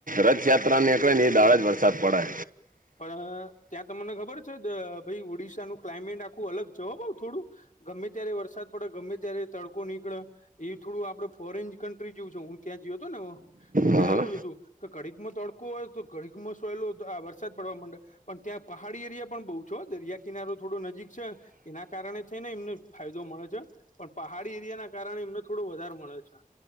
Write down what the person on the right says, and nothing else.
રથયાત્રા નીકળે ને એ દાળે જ વરસાદ પડે,
હા
હા